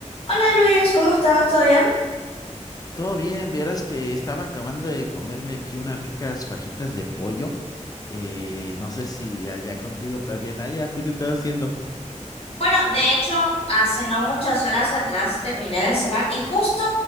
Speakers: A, on the left (about 50°); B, on the left (about 30°).
A: Hola Luis, ¿cómo estás? ¿Todo bien?
B: Todo bien, vieras que estaba acabando de comerme aquí unas ricas fajitas de pollo. Eh, no sé si allá contigo también. Allá, ¿tú qué estás haciendo?
A: Bueno, de hecho, hace no muchas horas atrás terminé de cenar y justo